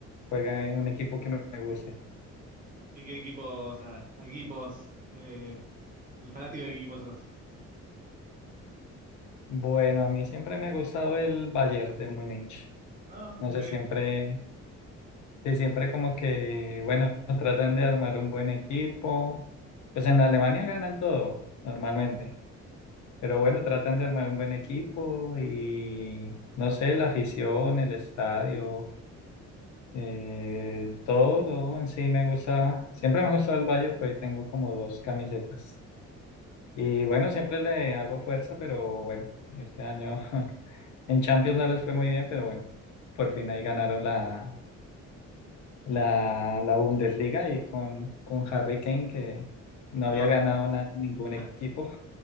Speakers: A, on the left (about 70°); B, on the right (about 30°).
A: juega un equipo que me me guste.
B: ¿Y qué equipos, ah, a qué equipos, eh, de fanático de qué equipos sos?
A: Bueno, a mí siempre me ha gustado el Bayern de Múnich.
B: Ah,
A: No
B: ok.
A: sé, siempre, sí, siempre como que, bueno, tratan de armar un buen equipo. Pues en Alemania ganan todo, normalmente. Pero bueno, tratan de armar un buen equipo y no sé, la afición, el estadio, eh, todo, todo en sí me gusta. Siempre me ha gustado el Bayern, pero ahí tengo como dos camisetas. Y bueno, siempre le hago fuerza, pero bueno, este año <laughs> en Champions no les fue muy bien, pero bueno, por fin ahí ganaron la, la, la Bundesliga y con, con Harry Kane, que no había
B: No,
A: ganado
B: Ha-
A: nada, ningún equipo.
B: Ha-